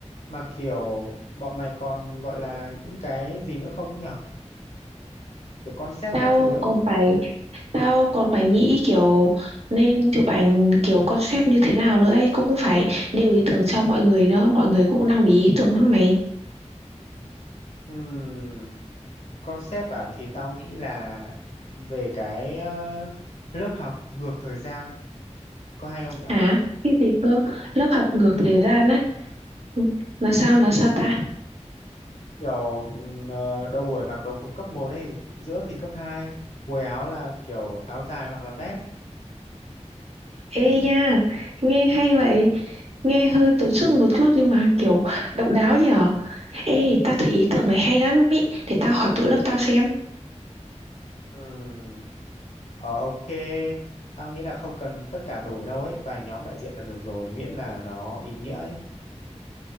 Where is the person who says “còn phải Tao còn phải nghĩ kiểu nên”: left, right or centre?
Right